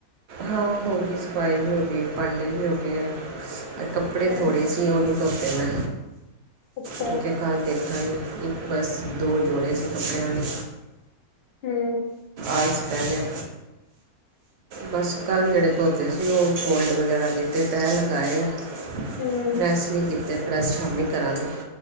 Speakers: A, on the right; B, on the left.
A: ਹਾਂ ਹੋ ਗਈ ਸਫਾਈ ਵੀ ਹੋ ਗਈ ਭਾਂਡੇ ਵੀ ਹੋ ਗਏ ਆ ਤੇ ਕੱਪੜੇ
B: ਅੱਛਾ
A: ਥੋੜੇ ਸੀ। ਕਿ ਓ ਨਈ ਧੋਤੇ ਮੈ,
B: ਅੱਛਾ
A: ਕਿਓਕੇ ਕੱਲ੍ਹ ਦੇਖਾਂਗੀ ਇੱਕ ਬਸ ਦੋ ਜੋੜੇ ਸੀ ਕੱਪੜੇਆਂ ਦੇ।
B: ਹੂੰ
A: ਆਲਸ ਪੈ ਗੇਆ ਬਸ ਕੱਲ ਜੇੜੇ ਧੋਤੇ ਸੀ ਓ ਫੋਲਡ ਵਗੈਰਾ ਕੀਤੇ ਤੈਅ ਲਗਾਏ ਆ,
B: ਹਮ
A: ਪ੍ਰੈੱਸ ਨਈ ਕੀਤੇ ਪ੍ਰੈੱਸ ਸ਼ਾਮੀ ਕਰਾਂਗੀ।